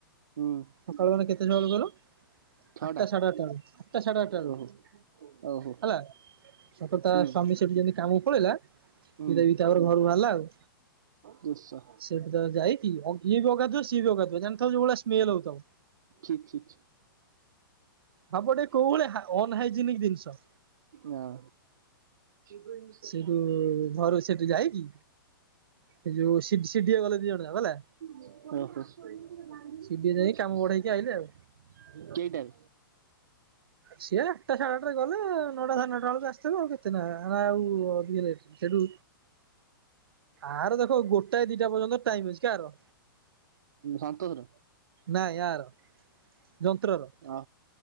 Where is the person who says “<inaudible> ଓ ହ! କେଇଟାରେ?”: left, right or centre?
Right